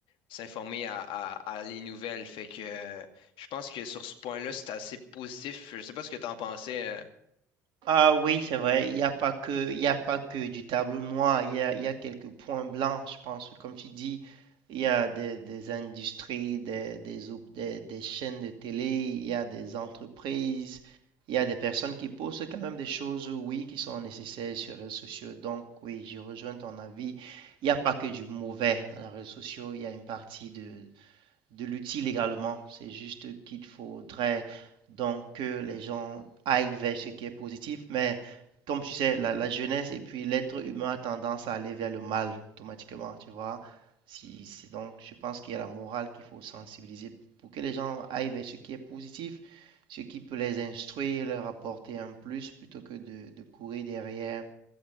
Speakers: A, on the left; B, on the right.
A: s'informer à, à- à les nouvelles. Fait que euh, je pense que sur ce point-là, c'est assez positif. Je sais pas ce que tu en pensais euh,
B: Ah oui, c'est vrai, il n'y a pas que, il y a pas que du tableau noir, il y a, il y a quelques points blancs, je pense. Comme tu dis, il y a des, des industries, des, des, op- des, des chaînes de télé, il y a des entreprises, il y a des personnes qui postent quand même des choses, oui, qui sont nécessaires sur les réseaux sociaux. Donc oui, je rejoins ton avis. Il n'y a pas que du mauvais dans les réseaux sociaux, il y a une partie de l'utile également. C'est juste qu'il faudrait donc que les gens aillent vers ce qui est positif, mais comme tu sais, la, la jeunesse et puis l'être humain a tendance à aller vers le mal automatiquement, tu vois. Si, c'est donc, je pense qu'il y a la morale qu'il faut sensibiliser pour que les gens aillent vers ce qui est positif, ce qui peut les instruire, leur apporter un plus, plutôt que de, de courir derrière